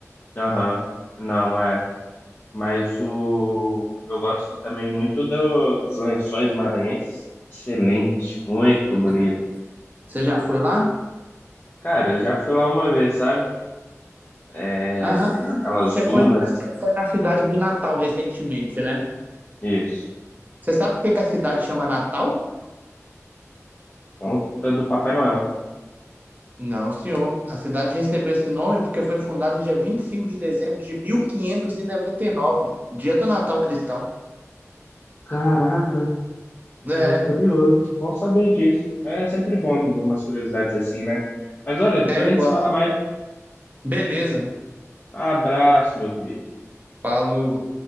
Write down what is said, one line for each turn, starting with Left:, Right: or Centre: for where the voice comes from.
Left: Aham. Não, é, Mas o eu gosto também muito do- dos Lençóis Maranhenses. Excelente, muito bonito.
Right: você já, você já foi lá?
Left: Cara, já fui lá uma vez, sabe? É,
Right: Aham. Não,
Left: naquelas
Right: então, você
Left: dunas.
Right: foi na, você foi na cidade de Natal recentemente, né?
Left: Isso.
Right: Você sabe por que que a cidade chama Natal?
Left: Conta do Papai Noel.
Right: Não, senhor. A cidade recebeu esse nome porque foi fundada dia 25 de dezembro de mil quinhentos e e noventa e nove, dia do Natal cristão.
Left: Caraca, é
Right: É,
Left: curioso. Bom saber disso. É sempre bom umas curiosidades assim, né? Mas olha, depois
Right: é, eu
Left: a gente
Right: gosto.
Left: fala mais.
Right: Beleza.
Left: Abraço, meu querido.
Right: Falou.